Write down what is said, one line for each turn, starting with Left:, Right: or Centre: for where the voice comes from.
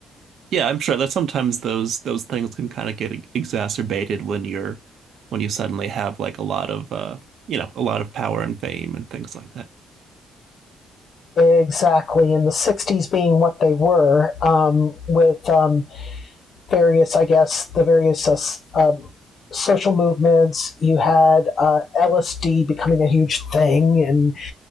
Right: Yeah, I'm sure that sometimes those those things can kind of get ex- exacerbated when you're when you suddenly have like a lot of uh, you know, a lot of power and fame and things like that.
Left: Exactly, in the 60s being what they were, um, with um, various, I guess, the various uh, s- um, social movements. You had uh, LSD becoming a huge thing, and